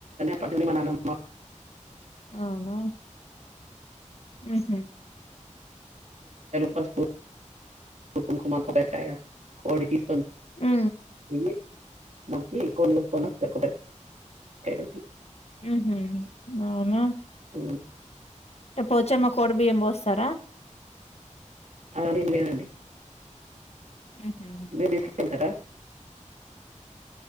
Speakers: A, on the right; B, on the left.
A: పట్టడి మననమ్
B: అవునా ఆహ
A: పసుపు కుంకుమ అంత ఒకటి తీసుకొని
B: ఉ
A: ఏ ముగ్కి ఎక్కువన్సుకోన్నారుబట్టి
B: మ్మ్ హ్మ్మ్ అవును
A: మ్మ్
B: పోచ్చమ్మ కోడ బియ్యం పోస్తారా
A: ఆ లేదండి <inaudible>
B: ఉహు